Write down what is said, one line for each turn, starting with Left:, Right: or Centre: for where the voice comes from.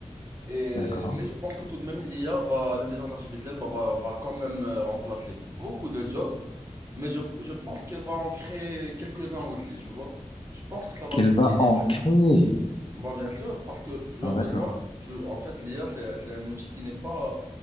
Right: Et,
Left: d'accord.
Right: mais je pense que tout de même, l'IA va, l'intelligence artificielle bah, va, va quand même euh, remplacer beaucoup de jobs, mais je, je pense qu'elle va en créer quelques-uns aussi, tu vois. Je pense que ça va
Left: Il
Right: s'équilibrer.
Left: va en créer.
Right: Bah, bien sûr, parce que tu
Left: Ah,
Right: as besoin,
Left: d'accord.
Right: tu, en fait, l'IA, c'est, c'est un outil qui n'est pas,